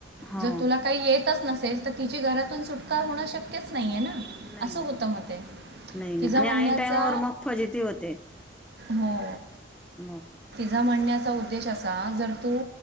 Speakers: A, in the centre; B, on the right.
A: हो
B: जर तुला काही येतच नसेल तर तिची घरातून सुटका होणं शक्यच नाहीये ना
A: नाही
B: असं
A: ना
B: होतं म ते
A: नाही ना
B: तिच्या
A: आणि
B: म्हणण्याचा.
A: ऐन टायमावर मग फजिती होते
B: हो.
A: मग
B: न म्हणण्याचा उद्देश असा जर तू